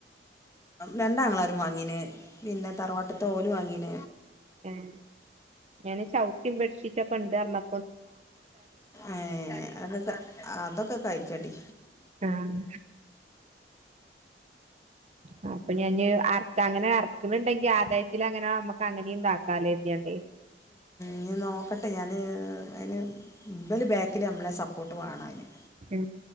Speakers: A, on the left; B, on the right.
A: രണ്ട് ആങ്ങളമാരും വാങ്ങീന്. പിന്നെ തറവാട്ടാതെ ഓല് വാങ്ങീന
B: മ് ഞാൻ ചൗ മ് ബെഡ്ശീറ്റൊക്കെണ്ട്റഞ്ഞ
A: ഏ അതൊക്കെ അതൊക്കെ കഴിച്ച ടി
B: ആഹ് ആ അപ്പൊ ഞാൻ അറക്ക അങ്ങനെ അർ ക്കുന്നുണ്ടെങ്കി ആദായത്തിൽ അങ്ങനെ നമ്മക്ക് അങ്ങനെയ ഇന്താക്കാലൽതിയാണ്ട്
A: ഇഞ് നോക്കട്ടെ ഞാൻ അയിന് ബൽ ബാക്കിൽ നമ്മളെ സപ്പോർട്ട് വേണം അയ്ന്
B: മ്